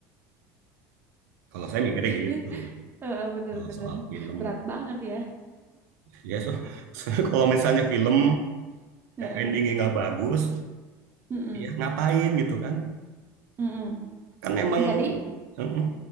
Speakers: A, on the right; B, on the right.
A: Kalau saya mikirnya
B: <laughs>
A: gitu
B: Heeh, bener-bener
A: Kalau soal film.
B: berat banget ya.
A: Ya so, <laughs> kalau misalnya film
B: Heeh,
A: endingnya nggak bagus,
B: mm-mm,
A: ya ngapain gitu kan?
B: mm-mm.
A: Kan memang
B: Jadi,
A: mm,